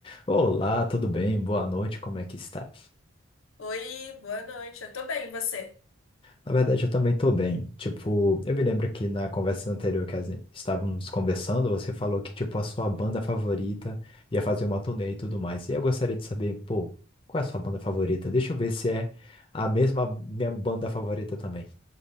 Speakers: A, on the left (about 25°); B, on the left (about 80°).
A: Olá, tudo bem? Boa noite, como é que está?
B: Oi, boa noite. Eu tô bem, e você?
A: Na verdade, eu também estou bem. Tipo, eu me lembro que na conversa anterior que a gente- estávamos conversando, você falou que, tipo, a sua banda favorita ia fazer uma turnê e tudo mais. E eu gostaria de saber, pô, qual é a sua banda favorita? Deixa eu ver se é a mesma minha banda favorita também.